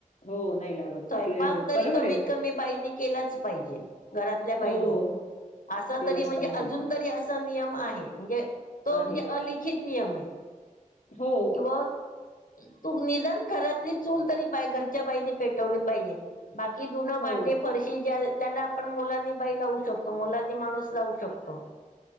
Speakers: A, on the left (about 65°); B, on the left (about 85°).
A: हो नाही लावत.
B: स्वयंपाक
A: ते
B: तरी
A: बरोबर
B: कमीत-
A: आहे.
B: कमी बाईनी केलाच पाहिजे. घरात आपल्या
A: हो,
B: बाईनी असा
A: केलंच
B: तरी म्हणजे
A: पाहिजे.
B: अजून तरी असा नियम आहे. म्हणजे तो
A: आहेच.
B: म्हणजे अलिखित नियम आहे.
A: हो
B: किंवा तू निदान घरातली चूल तरी बाई घरच्या बाईनी पेटवली पाहिजे. बाकी धुण,
A: हो,
B: भांडी, फरशी ज्याला त्याला आपण मुलांनी बाई लावू शकतो. मुलांनी माणूस लावू शकतो.